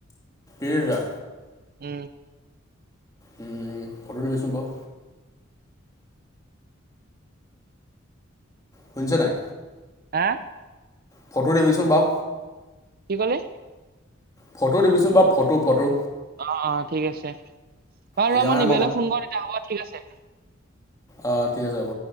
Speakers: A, on the left; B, on the right.
A: এ'ৰা।
B: উম
A: উম ফটো দিবিচোন বাও। শুনিছ নাই?
B: হা
A: ফটো দিবিছোন বাও।
B: কি কলি?
A: ফটো দিবিচোন বা ফটো - ফটো।
B: অ', -অ', ঠিক আছে বাৰু
A: এতিয়া
B: ৰ মই
A: মানে
B: নিবিৰলে ফোন কৰো তেতিয়া হ'ব ঠিক আছে।
A: অহ, ঠিক আছে হ'ব।